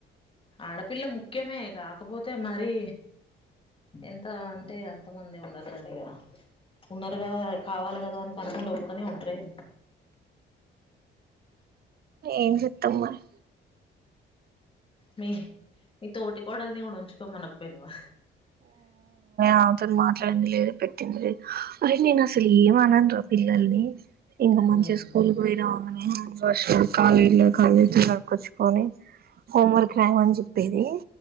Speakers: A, on the left; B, on the right.
A: ఆడపిల్ల ముఖ్యమే కాకపోతే మరి ఎంత అంటే అంత మంది ఉండాలి దని ఇక ఉన్నారుగాదా కావాలి కదా అని కనుకుంట బొతనే ఉంటారు ఎ
B: ఏం చెత్తమ్మారి
A: మీ మీ తోటి కోడల్ని కూడా ఉంచుకోమనకపోయినావా
B: ఆమెతోను మాట్లాడి పెట్టింది లేద్ అరే నేను అసలు ఏమ అనను రా పిల్లల్ని ఇంకా మంచిగా
A: ఉమ్
B: స్కూల్ పోయిరంగానే హ్యాండ్వాష్ కల్గిట్ల కల్లూచేతులు కడుక్కచ్చు కొని హోంవర్క్ రాయమని చెప్పేది